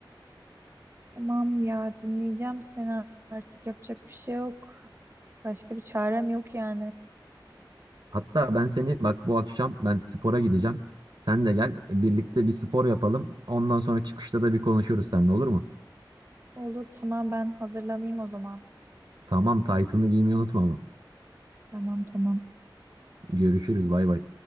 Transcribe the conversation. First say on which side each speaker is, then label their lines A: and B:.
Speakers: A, on the right; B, on the right.
A: Tamam ya dinleyeceğim seni artık yapacak bir şey yok. Başka bir çarem yok yani.
B: Hatta ben seni bak bu akşam ben spora gideceğim. Sen de gel birlikte bir spor yapalım. Ondan sonra çıkışta da bir konuşuruz seninle olur mu?
A: Olur tamam ben hazırlanayım o zaman.
B: Tamam taytını giymeyi unutma ama.
A: Tamam tamam.
B: Görüşürüz bay bay.